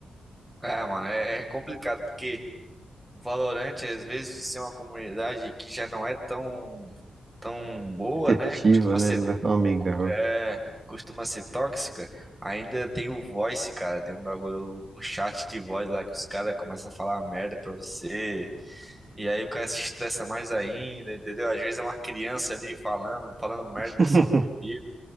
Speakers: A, in the centre; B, on the right.
A: É, mano, é, é complicado porque o Valorant, às vezes, de ser uma comunidade que já não é tão, tão boa,
B: receptiva,
A: né? Costuma
B: né?
A: ser,
B: Não é tão amigável.
A: é, costuma ser tóxica. Ainda tem o voice, cara. Tem um bagulho, o chat de voz lá que os caras começam a falar uma merda pra você. E aí o cara se estressa mais ainda, entendeu? Às vezes é uma criança ali falando, falando merda
B: <laughs>
A: no seu ouvido.